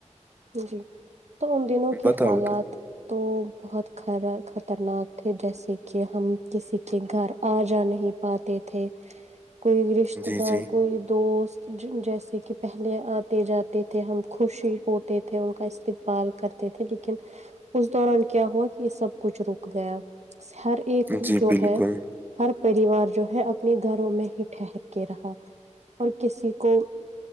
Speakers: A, on the right; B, on the right.
A: جی تو ان دنوں کے
B: بتاؤ
A: حالات
B: تو
A: تو بہت خرا خطرناک تھے جیسے کہ ہم کسی کے گھر آ جا نہیں پاتے تھے کوئی رشتے
B: جی
A: دار
B: جی
A: کوئی دوست جیسے کہ پہلے آتے جاتے تھے ہم خوشی ہو تھے ان کا استقبال کرتے تھے لیکن اس دوران کیا ہوا کہ یہ سب کچھ رک گیا ہر ایک
B: جی
A: جو
B: بالکل
A: ہے ہر پریوار جو ہے اپنے گھروں میں ہی ٹھہر کے رہا اور کسی کو